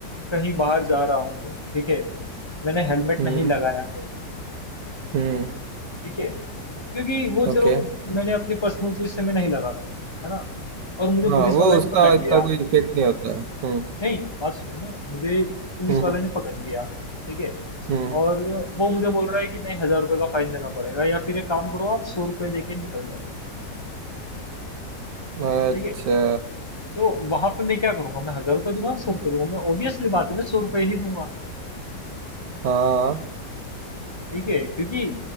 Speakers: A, on the left (about 15°); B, on the right (about 70°).
A: कहीं बाहर जा रहा हूँ, ठीक है, मैंने हेलमेट
B: हम्म
A: नहीं लगाया है,
B: हम्म
A: ठीक है, क्योंकि वो
B: ओके
A: चलो मैंने अपनी पर्सनल चीज से मैं नहीं लगा रहा हूँ, है ना। और मुझे
B: हाँ
A: पुलिस
B: वो
A: वाले
B: उसका
A: ने पकड़
B: इतना
A: लिया,
B: कोई इफेक्ट नहीं होता है हम्म
A: नहीं बात सुनो ना मुझे पुलिस
B: हम्म
A: वाला ने पकड़ लिया ठीक है
B: हम्म
A: और वो मुझे बोल रहा है कि नहीं हजार रुपए का फाइन देना पड़ेगा या फिर एक काम करो आप सौ रुपए देके निकल जाओ
B: अच्छा
A: ठीक है तो वहां पे मैं क्या करूंगा मैं हजार रुपए दूंगा सौ रुपए दूंगा मैं ऑब्वियसली बात है मैं सौ रुपए ही दूंगा
B: हाँ
A: ठीक है क्योंकि